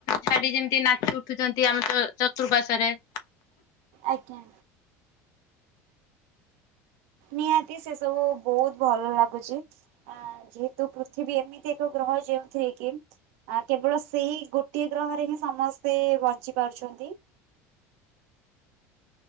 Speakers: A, on the left (about 60°); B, on the right (about 80°).
A: ଛାଡି ଯେମିତି ନାଚି ଉଠୁଛନ୍ତି ଆମ ଚ ଚତୁଃପାର୍ଶ୍ଵରେ ରେ।
B: ଆଜ୍ଞା ନିହାତି ସେ ସବୁ ବହୁତ ଭଲ ଲାଗୁଛି। ଆ ଯେହେତୁ ପୃଥିବୀ ଏମିତି ଏକ ଗ୍ରହ ଯେଉଁଥିରେ କି ଆ କେବଳ ସେଇ ଗୋଟିଏ ଗ୍ରହରେ ହିଁ ସମସ୍ତେ ବଞ୍ଚି ପାରୁଛନ୍ତି।